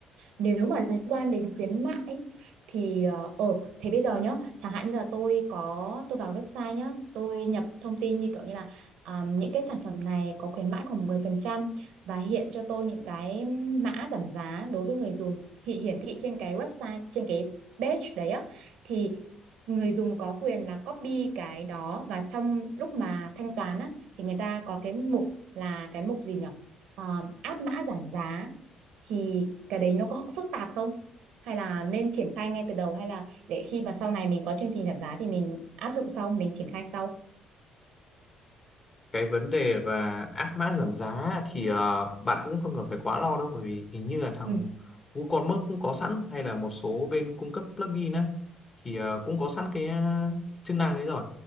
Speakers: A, on the right; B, on the left.
A: Nếu mà liên quan đến khuyến mại ấy, thì ờ ờ, thế bây giờ nhá chẳng hạn như là tôi có tôi vào website nhá tôi nhập thông tin như kiểu như là à, những cái sản phẩm này có khuyến mãi khoảng 10% và hiện cho tôi những cái mã giảm giá đối với người dùng thì hiển thị trên cái website trên cái page đấy á thì người dùng có quyền là copy cái đó và trong lúc mà thanh toán á thì người ta có cái mục là cái mục gì nhỉ Ờ, áp mã giảm giá thì cái đấy nó có phức tạp không? Hay là nên triển khai ngay từ đầu hay là để khi mà sau này mình có chương trình giảm giá thì mình áp dụng sau, mình triển khai sau?
B: cái vấn đề và áp mã giảm giá á, thì ờ, bạn cũng không cần phải quá lo đâu bởi vì hình như là thằng
A: Ừ,
B: WooCommerce cũng có sẵn hay là một số bên cung cấp plugin á thì ờ, cũng có sẵn cái ờ, chức năng đấy rồi